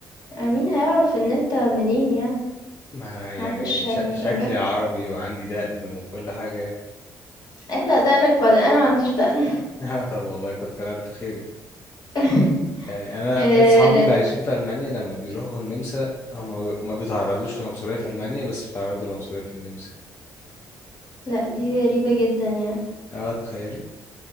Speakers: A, on the left; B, on the left.
A: آآ، مين هيعرف إن أنت منين يعني، ما
B: ما
A: حدش
B: يعني ش
A: هيبقى
B: شكلي
A: مركّز.
B: عربي وعندي دقن وكل حاجة يعني
A: احلق دقنك وبعدين انا ما عنديش دقن
B: <laughs> اه طب والله كتر الف خيرك
A: <laughs>
B: يعني انا
A: آه،
B: اصحابي اللي عايشين في المانيا لما بيروحوا النمسا هم ما بيتعرضوش لعنصرية في المانيا بس بيتعرضوا لعنصرية في النمسا
A: لا دي غريبة جدا يعني
B: اه تخيلي